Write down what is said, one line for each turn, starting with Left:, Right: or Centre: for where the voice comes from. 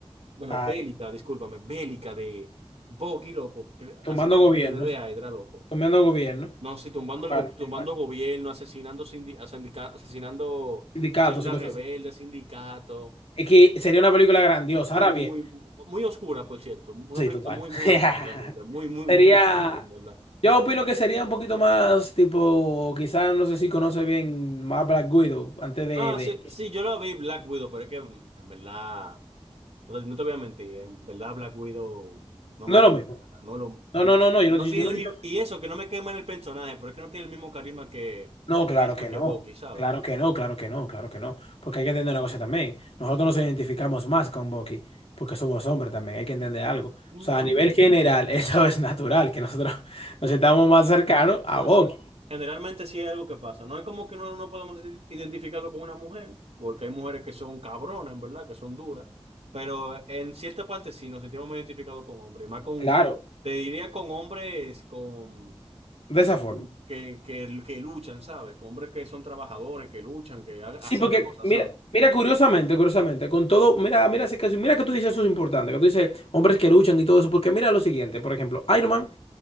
Right: bueno,
Left: Ay,
Right: bélica, discúlpame, bélica de Bucky, loco, que-
Left: tomando
Right: haciendo
Left: gobiernos,
Right: misiones de Hydra, loco.
Left: tomando gobiernos,
Right: No, sí, tumbando, el,
Left: bueno,
Right: go- tumbando gobierno, asesinando, sindi- a sindica- asesinando
Left: sindicatos
Right: células
Left: y cosas
Right: rebeldes,
Left: así.
Right: sindicatos.
Left: Es que sería una película grandiosa.
Right: Muy,
Left: Ahora
Right: muy,
Left: bien,
Right: muy oscura, por cierto. Una
Left: Sí,
Right: película
Left: total.
Right: muy, muy
Left: <laughs>
Right: oscura, realmente. Muy, muy,
Left: Sería,
Right: muy oscura, en verdad.
Left: yo opino que sería un poquito más tipo, quizás no sé si conoce bien más Black Widow antes de,
Right: No,
Left: de-
Right: sí, sí, yo la vi Black Widow, pero es que, en verdad, no te no te voy a mentir, en verdad Black Widow no
Left: No
Right: me gusta,
Left: es lo mismo.
Right: en verdad, no lo,
Left: No, no, no, no, yo
Right: No
Left: no, yo
Right: tiene
Left: no
Right: el
Left: he
Right: mismo.
Left: dicho...
Right: Y eso, que no me quema en el personaje, pero es que no tiene el mismo carisma que.
Left: No, claro
Right: Carisma
Left: que
Right: que
Left: no.
Right: Bucky, ¿sabes?
Left: Claro que no, claro que no, claro que no. Porque hay que entender una cosa también. Nosotros nos identificamos más con Bucky porque somos hombres también, hay que entender algo. O
Right: Mm,
Left: sea,
Right: También,
Left: a nivel general,
Right: también.
Left: <laughs> eso es natural, que nosotros nos sentamos más
Right: No,
Left: cercanos a
Right: no
Left: Bucky.
Right: sé. Generalmente sí hay algo que pasa. No es como que no, no podemos ide- identificarlo con una mujer, porque hay mujeres que son cabronas, en verdad, que son duras. Pero en cierta parte sí nos sentimos muy identificados con hombres. Y más con.
Left: Claro,
Right: Te diría con hombres con.
Left: de
Right: con
Left: esa forma.
Right: que, que, que luchan, ¿sabes? Con hombres que son trabajadores, que luchan, que ha-
Left: Sí,
Right: hacen
Left: porque
Right: cosas,
Left: mira,
Right: ¿sabes?
Left: mira curiosamente, curiosamente, con todo, mira, mira ese caso, mira que tú dices eso es importante, que tú dices hombres que luchan y todo eso, porque mira lo siguiente, por ejemplo, Iron Man